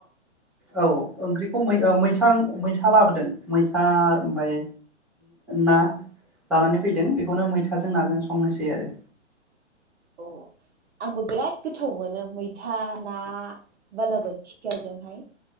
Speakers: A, in the centre; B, on the right (about 60°).
A: औ ओंख्रिखौ मैथा मैथा लाबोदों मैथा ओमफ्राय ना लानानै फैदों बेखौनो मैथाजों नाजों संनोसै आरो
B: अ आंबो बिराद गोथाव मोनो मैथा ना बालाबो थिखाजोंहाय